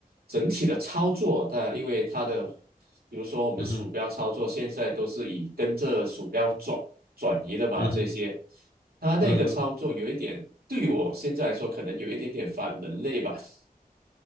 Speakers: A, on the right; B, on the left.
A: 整体的操作，它因为它的，比如说我们鼠标操作现在都是以跟着鼠标转转移的嘛，
B: 嗯哼，嗯哼，
A: 这些，它那个操作有一点，
B: 嗯哼，
A: 对我现在来说可能有一点点反人类吧。<laughs>